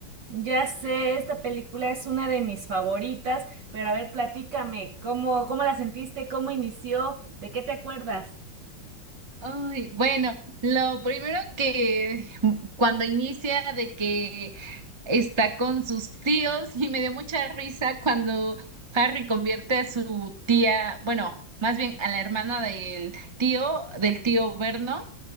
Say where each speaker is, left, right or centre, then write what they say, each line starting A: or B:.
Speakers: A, on the right; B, on the right.
A: Ya sé, esta película es una de mis favoritas, pero a ver, platícame, ¿cómo, cómo la sentiste? ¿Cómo inició? ¿De qué te acuerdas?
B: Ay, bueno, lo primero que cuando inicia de que está con sus tíos <laughs> y me dio mucha risa cuando Harry convierte a su tía, bueno, más bien a la hermana del tío, del tío Vernon,